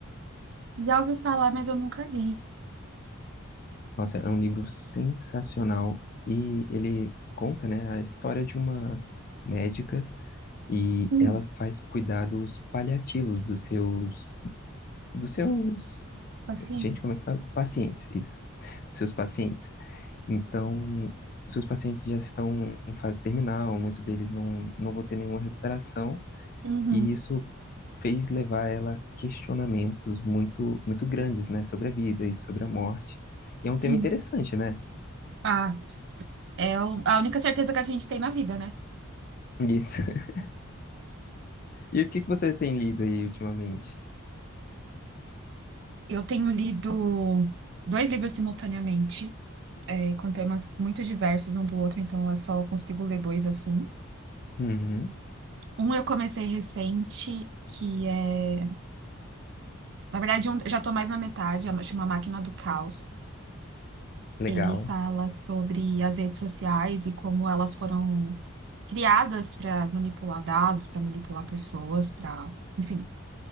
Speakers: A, on the right; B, on the left.
A: Já ouvi falar, mas eu nunca li.
B: Nossa, é um livro sensacional. E ele conta, né, a história de uma médica e
A: Hum,
B: ela faz cuidados paliativos dos seus, dos seus,
A: paciência.
B: gente, como é que fala? Pacientes, isso, dos seus pacientes. Então, os seus pacientes já estão em fase terminal, muitos deles não, não vão ter nenhuma recuperação,
A: Uhum,
B: e isso fez levar ela a questionamentos muito, muito grandes, né, sobre a vida e sobre a morte. E é um
A: sim.
B: tema interessante, né?
A: Ah, é o- a única certeza que a gente tem na vida, né?
B: Isso. <laughs> E o que que você tem lido aí ultimamente?
A: Eu tenho lido dois livros simultaneamente. é, com temas muito diversos um do outro, então eu só consigo ler dois assim.
B: Uhum,
A: Um eu comecei recente, que é. Na verdade, um, já tô mais na metade, é- chama Máquina do Caos.
B: legal.
A: Ele fala sobre as redes sociais e como elas foram criadas para manipular dados, para manipular pessoas, para. Enfim,